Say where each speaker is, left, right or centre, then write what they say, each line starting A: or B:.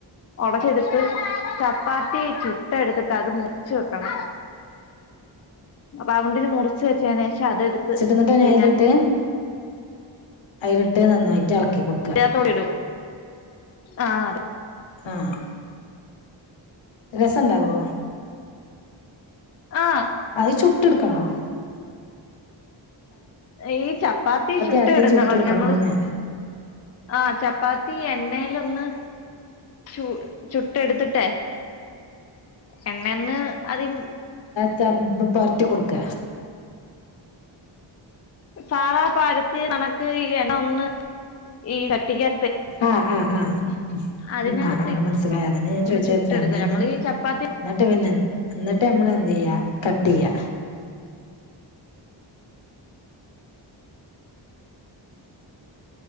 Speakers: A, on the left (about 35°); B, on the left (about 75°).
A: ഒടച്ചെടുത്ത് ചപ്പാത്തി ചുട്ടെടുത്തിട്ട് അത് മുറിച്ച് വെക്കണം റൗണ്ടിന് മുറിച്ച് വെച്ചേനേഷം അതെടുത്ത്
B: ന്നിട്ട് അയിനാ അയിലിട്ട്
A: ഞാൻ
B: അയിലിട്ട് നന്നായിട്ട് ഇളക്കികൊട്
A: <unintelligible> ത്തോടിടും ആഹ് അതെ
B: ആഹ് രസണ്ടാവോ
A: ആഹ്
B: അത് ചുട്ടെടുക്കണോ
A: ഈ ചപ്പാത്തി ചുട്ട്
B: ആദ്യം
A: ഇട്ക്കണം
B: ചുട്ടെടുക്കണോന്ന്
A: ഞമ്മള് ആഹ് ചപ്പാത്തി എണ്ണേലൊന്ന് ചു ചുട്ടെടുത്തിട്ടേ എണ്ണേന്ന് അതിന്
B: <unintelligible> പൊരറ്റി കൊടുക്ക
A: സാദാ പരത്തി നെനക്ക് ഈ ഇണ ഒന്ന് ഈ ചട്ടിക്കാ
B: ആഹ് ആഹ് ആഹ്
A: അതിനകത്ത്
B: മ് ആഹ് ആഹ് മനസ്സിലായി അതെന്നെ ഞാൻ
A: ഒന്ന്
B: ചോയിച്ച
A: ചുട്ടെടുക്ക
B: പെണ്ണേന്ന്
A: നമ്മള് ഈ ചപ്പാത്തി
B: ന്നിട്ട് പിന്നെ എന്നിട് നമ്മള്ന്ത്യ്യാ കട്ടിയ്യ